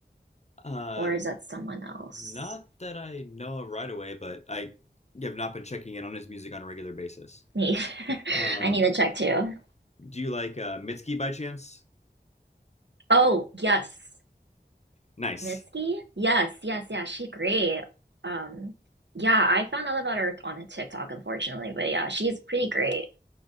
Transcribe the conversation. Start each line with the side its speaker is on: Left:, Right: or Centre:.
Left: Uh,
Right: or is that someone else?
Left: not that I know of right away, but I have not been checking in on his music on a regular basis.
Right: Me. <laughs>
Left: Um,
Right: I need to check too.
Left: do you like uh, Mitski by chance?
Right: Oh, yes.
Left: Nice.
Right: Mitski? Yes, yes, yeah. She great. Um yeah, I found out about her on a TikTok unfortunately, but yeah, she's pretty great.